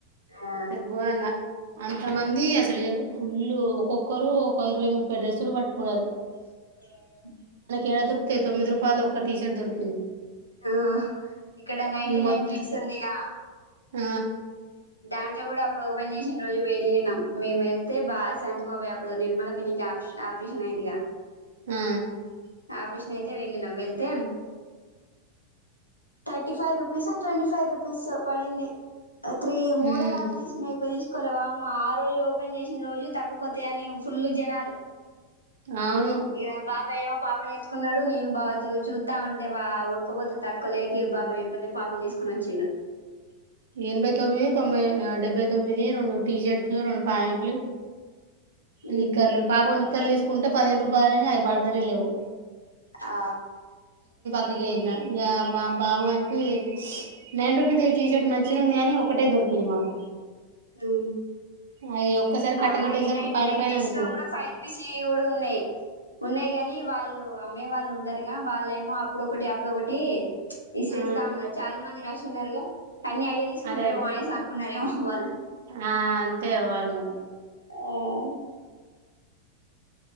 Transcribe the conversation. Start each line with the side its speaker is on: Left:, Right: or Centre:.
Left: ఆ
Right: అసలు ఘోరంగా అంతమంది అసలు ఫుల్లు ఒక్కొక్కరు ఒక ఇరవై ముప్పై డ్రెస్సులు పట్టుకున్నారు
Left: ఆ
Right: ఎడ దొకుతతే తొమ్మిది రూపాయలు ఒక టీషట్ దొరికింది
Left: ఆ ఇక్కడ నయింటి
Right: ఈ మొత్తం
Left: నైన్ కిడ్స్ ఉందిగా
Right: ఆ
Left: దాంట్లో కూడా అప్పుడు ఓపెన్ చేసిన రోజు వెళ్ళినాం మేం వెల్తే బా శాంతి బాబాయి ఇప్పుడు నిర్మల పిన్నికి అప్ష్ ఆప్రీషన్ అయిందిగా
Right: ఆ
Left: ఆపరేషన్ అయితే వె వెళ్తే థర్టీ ఫైవ్ రూపీసో ట్వంటీ ఫైవ్ రూపీ సో పడింది త్రి మూడో
Right: ఉమ్
Left: నాలుగో తీసునీకిపోయ్ కొలవామ్మ ఆ రోజు ఓపెన్ చేసిన రోజు తక్కువ కొత్తయి అని ఫుల్ జనాలు
Right: అవును
Left: ఇ బాబాయ్ ఏమో పాపని చూసుకున్నాడు నేను బాబ చూస్తా ఉంటే వా ఊడకపోతే తట్టుకోలేక బాబాయ్ ఏం పడినే పాపని తీసుకొని వచ్చిండు
Right: ఎనభై తొమ్మిది తొంభై డెబ్బై తొమ్మిది రెండు టీ షర్ట్స్ రెండు పాయింట్లు
Left: మ్మ్
Right: నిక్కర్లు బాబు నిక్కర్లేసుకో కుంటే పదిహేను రూపాయలని అయ్యి పడుతనే లేవు
Left: ఆ
Right: <unintelligible> ఇక బాబు గానికి నైన్ రుపీస్ టీషర్ట మంచినే ఉంది గాని ఒకటే దొరికింది మాకు
Left: ఉ
Right: అయి ఒక్కసారి కట్ట
Left: ఆయనై
Right: కట్టేసరికి పైన
Left: నైన్
Right: పైన
Left: కిట్స్
Right: అందుకున్నాడు.
Left: లో కూడా ఫైవ్ రూపీస్ కూడా ఉన్నాయి ఉన్నాయి గాని వాళ్ళు అమ్మే వాళ్ళు ఉంటారుగా వాళ్లేమో అప్పుడు ఒకటి అప్పుడు ఒకటి విసిరేస్తా
Right: ఆ
Left: ఉన్నారు చాలా మంది రష్ చున్నారుగా అన్ని అయ్యే తీసుకుంట్రేమో
Right: అదే అదే
Left: అనేసి అనుకున్నారేమో వాళ్లు
Right: ఆ అంతే వాళ్లు మరి
Left: ఓ